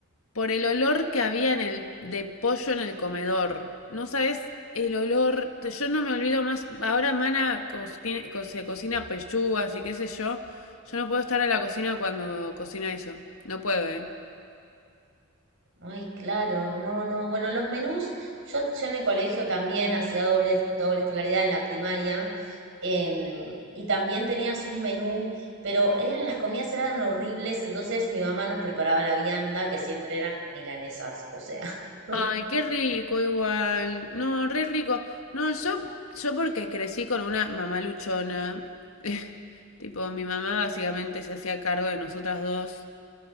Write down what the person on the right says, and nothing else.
Ay, claro, no, no. Bueno, los menús, yo, yo en el colegio también hacía doble, doble escolaridad en la primaria em, y también tenías un menú, pero eran, las comidas eran horribles, entonces mi mamá nos preparaba la vianda, que siempre eran milanesas, o sea, <laughs>